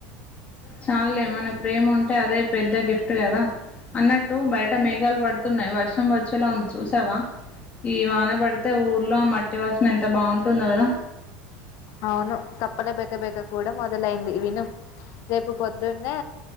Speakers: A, on the left (about 30°); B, on the left (about 55°).
A: చాల్లే మన ప్రేమ ఉంటే అదే పెద్ద గిఫ్ట్ కదా అన్నట్టు బయట మేఘాలు పడుతున్నాయి వర్షం వచ్చేలా ఉంది చూసావా. ఈ వాన పడితే ఆ ఊర్లో మట్టి వాస న ఎంత బాగుంటుందో కదా
B: అవును కప్పలే బెక బెక కూడా మొదలైంది విను రేపు పొద్దున్నే.